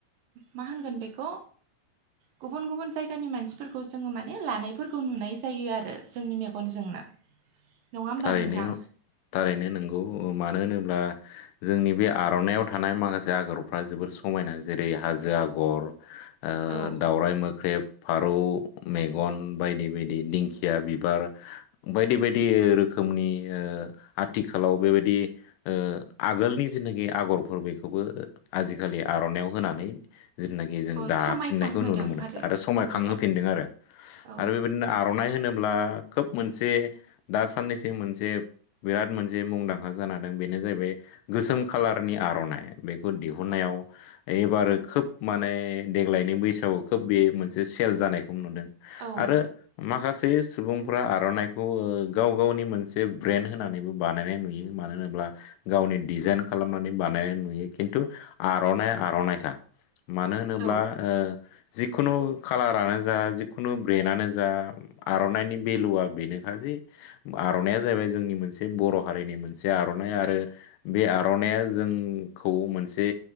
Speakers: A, on the right; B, on the left.
A: मा होनगोन बेखौ गुबुन गुबुन जाय जायगानि मानसिफोरखौ जोङो माने लानायफोरखौ नुनाय जायो आरो जोंनि मेगनजोंनो। होमबा
B: थारैनो
A: नोंथां
B: थारैनो नंगौ। मानो होनोब्ला जोंनि बे आर'नाइाव थानाय माखासे आगरफ्रा जोबोर समायना जेरै हाजो आगर, ओ
A: औ
B: दाउरायाइ मोख्रेब, फारौ मेगन बायदि बायदि दिंखिया बिबार बायदि -बायदि रोखोम रोखोमनि ओ आथिखालाव बेबायदि ओ आगोलनि जेनाखि आगरफोर बेखौबो आजिखालि आर'नाइाव होनानै जिथनाखि जों
A: अ
B: दाफिननायखौ
A: समायखांहोदों
B: नुनो मोनो। आरो समायखांहोफिनदों
A: औ
B: आरो। आरो
A: औ
B: बेबायदिनो आर'नाइ होनोब्ला खोब मोनसे दासाननैसो मोनसे बिराद मोनसे मुंदांखा जाना दं। बेनो जाहैबाय गोसोम खालारनि आर'नाइ। बेखौ दिहुननायाव एबारो खोब माने देग्लायनि बैसागआव खोब बे मोनसे सेल जानायखौ नुदों।
A: औ
B: आरो माखासे सुबुंफ्रा आर'नाइखौ ओ गाव-गावनि मोनसे ब्रेन्ड होनानैबो बानायनाय नुयो। मानो होनोब्ला गावनि डिजाइन खालामनानै बानायनाय नुयो। खिन्थु आर'नाइ आर'नाइखा। मानो होनोब्ला
A: औ
B: ओ जिखुनु खाालारानो जा जिखुनु ब्रेन्डनो जा आर'नाइनि भेलुआ बेनोखा जे आर'नायइया जाहैबाय जोंनि मोनसे बर' हारिनि मोनसे आर'नाइ आरो बे आर'नायइा जोंखौ मोनसे